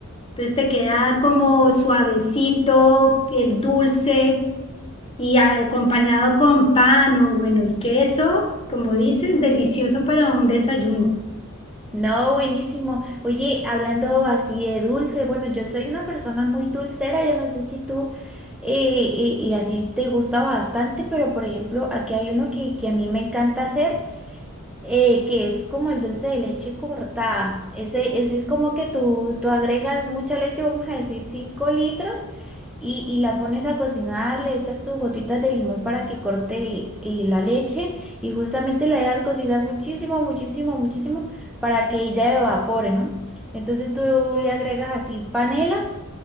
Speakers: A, on the left (about 25°); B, in the centre.
A: Entonces te queda como suavecito, el dulce y acompañado con pan o bueno, y queso, como dices, delicioso para un desayuno.
B: No, buenísimo. Oye, hablando así de dulce, bueno, yo soy una persona muy dulcera, yo no sé si tú eh, y, y así te gusta bastante, pero por ejemplo, aquí hay uno que, que a mí me encanta hacer, eh, que es como el dulce de leche cortada. Ese, ese es como que tú, tú agregas mucha leche, vamos a decir cinco litros y, y la pones a cocinar, le echas tus gotitas de limón para que corte eh, la leche y justamente la dejas cocinar muchísimo, muchísimo, muchísimo para que ella evapore, ¿no? Entonces tú le agregas así panela